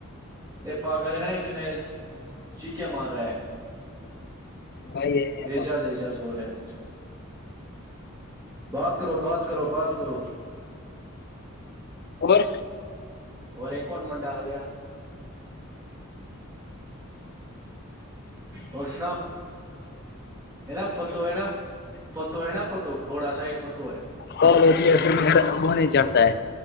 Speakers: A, on the right; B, on the left.
A: یہ پاگل ہے نا یہ جنید چیکھے مار رہا ہے
B: بھائی یہ
A: اجاز اجاز بول رہا ہے کچھ ج بات کرو بات کرو بات کرو
B: عمر
A: اور یہ کون منڈا آ گیا اور سناؤ نا فتو ہے نا فتو ہے نا فتو تھوڑا سا یہ فتو ہے
B: کال ہوتی ہے پھر وہ نہیں چڑھتا ہے